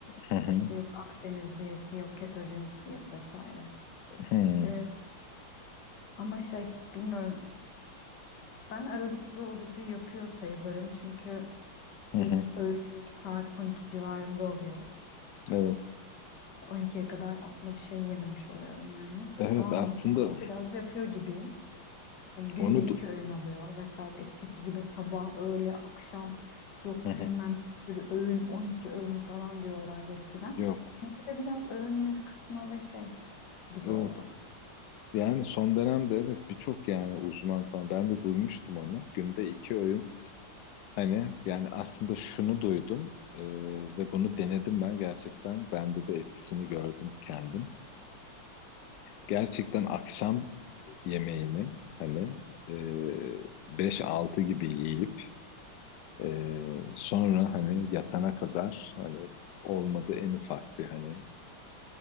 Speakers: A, on the left; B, on the left.
A: hı hı,
B: İşte yok Akdeniz diyeti, yok ketojenik diyet vesaire.
A: hı
B: Ee, ama şey bilmiyorum ben aralıklı orucu yapıyor sayılırım çünkü
A: hı,
B: ilk
A: hı.
B: öğünüm saat 12 civarında oluyor.
A: Evet.
B: 12'ye kadar aslında bir şey yememiş oluyorum yani.
A: Evet
B: O anlamda
A: aslında
B: onu biraz yapıyor gibiyim. Hani günde
A: onu
B: iki
A: du-
B: öğün oluyor vesaire. Eskisi gibi sabah, öğle, akşam yok
A: Hı hı.
B: bilmem bir sürü öğün, 12 öğün falan diyorlardı eskiden.
A: yok.
B: Şimdi de biraz öğünleri kısma ve şey gibi
A: Evet.
B: oldu.
A: Yani son dönemde evet birçok yani uzman falan ben de duymuştum onu. Günde iki öğün Hani yani aslında şunu duydum e, ve bunu denedim ben gerçekten. Bende de etkisini gördüm kendim. Gerçekten akşam yemeğini hani e, 5-6 gibi yiyip e, sonra hani yatana kadar hani olmadı en ufak bir hani